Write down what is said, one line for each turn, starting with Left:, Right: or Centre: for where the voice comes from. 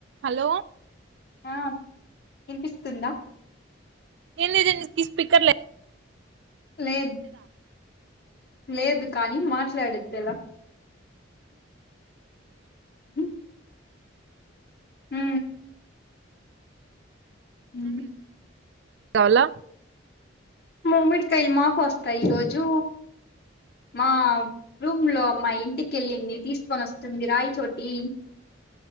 Right: Hello
Left: హా ఇనిపిస్తుందా
Right: ఏ <unintelligible> speaker లే
Left: లేద్ లేదు కానీ మాట్లాడే దేలా హు హు హ
Right: కవలా
Left: మామిడికాయలు మాకు వస్తాయి ఈ రోజు మా రూమ్ లో మా ఇంటికి కెళ్ళింది తీసుకొని వస్తుంది రాయిచోటి